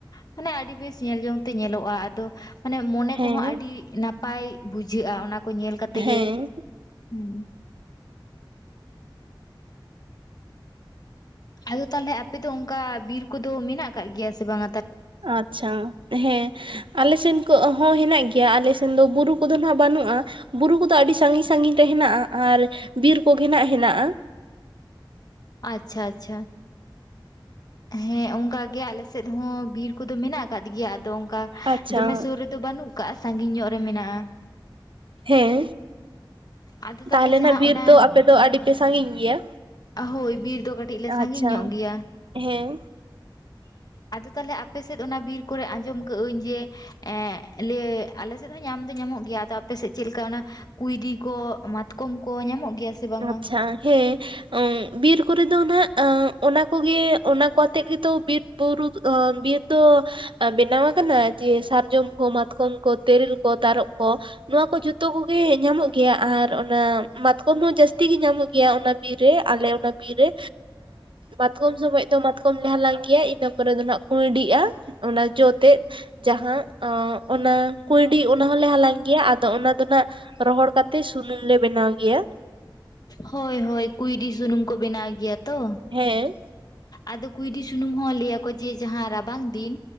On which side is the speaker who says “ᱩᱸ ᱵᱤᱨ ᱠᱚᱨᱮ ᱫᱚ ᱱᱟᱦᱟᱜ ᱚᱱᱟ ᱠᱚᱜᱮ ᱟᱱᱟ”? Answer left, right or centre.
Right